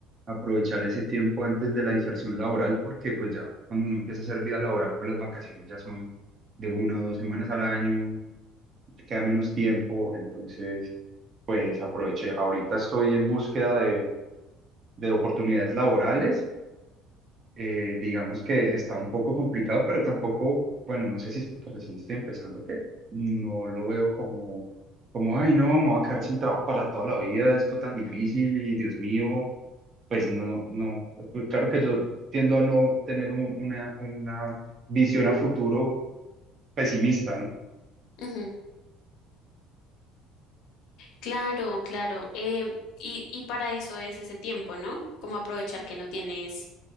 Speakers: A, on the right; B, on the left.
A: aprovechar ese tiempo antes de la inserción laboral, porque pues ya cuando uno empieza a hacer vida laboral, pues las vacaciones ya son de una o dos semanas al año, te queda menos tiempo, entonces pues aproveché. Ahorita estoy en búsqueda de, de oportunidades laborales eh, digamos que está un poco complicado, pero tampoco, bueno, no sé si es porque recién estoy empezando, que no lo veo
B: Mm.
A: como, como, ay, no, me voy a quedar sin trabajo para toda la vida, esto tan difícil y Dios mío, pues no, no, pues, claro que yo tiendo a no tener un- una, una visión a futuro pesimista, ¿no?
B: Ujú. Claro, claro. Em, y, y para eso es ese tiempo, ¿no? Como aprovechar que no tienes